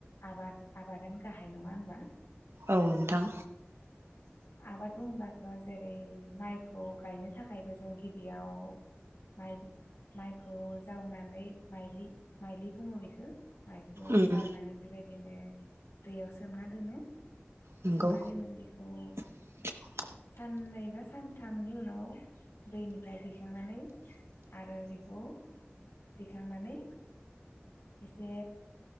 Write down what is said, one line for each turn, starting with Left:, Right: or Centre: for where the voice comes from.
Left: आबाद आबादानो गाहाय नङा होनबा
Right: औ नोंथां
Left: आबाद बुंब्लाथ' जेरै माइखौ गायनो थाखायबो जों गिबियाव माइ माइखौ जावनानै माइ माइलि बुङो बेखौ माइखौ
Right: उम
Left: जावनानै बेबायदिनो दैयाव सोमना दोनो
Right: नंगौ
Left: सोमना दोननाय बेखौ
Right: <inaudible>
Left: साननै बा सानथामनि उनाव दैनिफ्राय दैखांनानै आरो बेखौ दिखांनानै एसे